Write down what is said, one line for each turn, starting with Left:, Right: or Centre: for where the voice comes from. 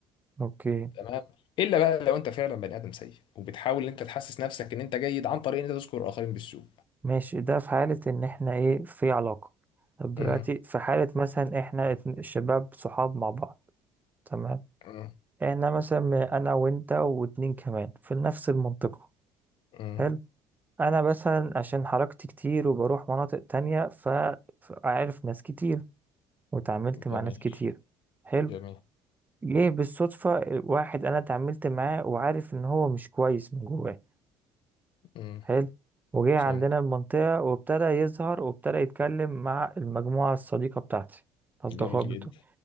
Right: اوكي
Left: تمام الا بقى لو انت فعلا بني ادم سيء وبتحاول ان انت تحسس نفسك ان انت جيد عن طريق ان انت تذكر الاخرين بالسوء
Right: ماشي ده في حالة ان احنا ايه في علاقة طب دلوقتي
Left: امم
Right: في حالة مثلا احنا اتن- شباب صحاب مع بعض تمام
Left: امم
Right: احنا مثلا انا وانت واتنين كمان في نفس المنطقة
Left: امم
Right: حلو انا مثلا عشان حركتي كتير وبروح مناطق تانية فعارف ناس كتير وتعاملت
Left: جميل
Right: مع ناس كتير حلو
Left: جميل
Right: جه بالصدفة واحد أنا اتعاملت معاه وعارف إن هو مش كويس من جواه
Left: امم
Right: حلو وجه
Left: فهمت
Right: عندنا المنطقة وابتدى يظهر وابتدى يتكلم مع المجموعة الصديقة بتاعتي الأصدقاء
Left: جميل
Right: بتوعي
Left: جدا